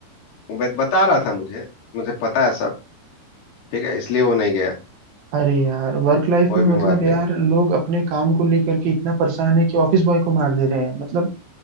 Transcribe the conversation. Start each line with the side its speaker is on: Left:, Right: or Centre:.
Left: वो बत- बता रहा था मुझे मुझे पता है सब ठीक है इसलिए वो नहीं गया
Right: अरे यार वर्क लाइफ
Left: कोई
Right: में
Left: बीमार
Right: मतलब यार
Left: नहीं
Right: लोग अपने काम को लेकर के इतना परेशान है कि ऑफिस बॉय को मार दे रहे हैं मतलब